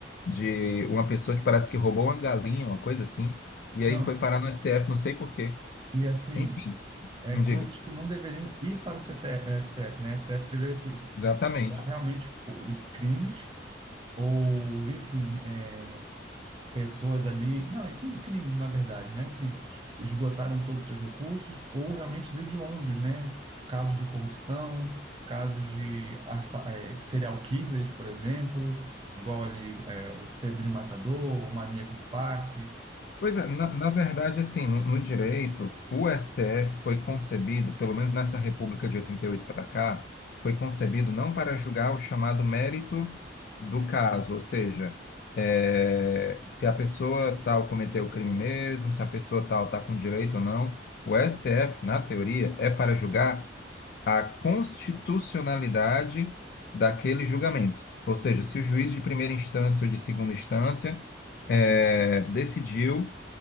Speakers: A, on the left; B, on the right.
A: de uma pessoa que parece que roubou uma galinha, uma coisa assim, e aí
B: Não,
A: foi parar no STF, não sei por quê.
B: e assim.
A: Enfim,
B: É
A: me
B: coisas
A: diga.
B: que não deveriam ir para o CTF, eh, STF, né? STF deveria cuidar
A: Exatamente.
B: realmente co- de crimes ou, enfim, eh, pessoas ali, não, enfim, crimes na verdade, né? Que esgotaram todos os seus recursos ou realmente os hediondos, né? Casos de corrupção, casos de assa- eh, serial killers, por exemplo, igual ali eh, o Pedrinho Matador, o Maníaco do Parque,
A: Pois é, na, na verdade, assim, no, no direito, o STF foi concebido, pelo menos nessa República de 88 para cá, foi concebido não para julgar o chamado mérito do caso, ou seja, eh, se a pessoa tal cometeu o crime mesmo, se a pessoa tal está com direito ou não. O STF, na teoria, é para julgar s- a constitucionalidade daquele julgamento. Ou seja, se o juiz de primeira instância ou de segunda instância é, decidiu